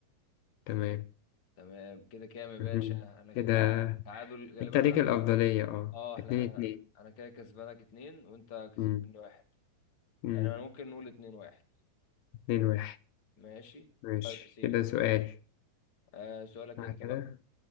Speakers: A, on the left; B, on the left.
A: تمام
B: تمام كده كام يا باشا
A: مهم.
B: انا كده
A: كده
B: تعادل غالبا
A: انت ليك
B: او
A: الأفضلية اه
B: اه احنا
A: اتنين
B: انا
A: اتنين
B: انا كده كسبانك اتنين وانت كسبني
A: مم.
B: واحد
A: مم.
B: يعني انا ممكن نقول اتنين واحد
A: اتنين واحد
B: ماشي
A: ماشي
B: طيب يا سيدي
A: كده سؤال
B: آه سؤالك
A: صح
B: انت
A: كده
B: بقى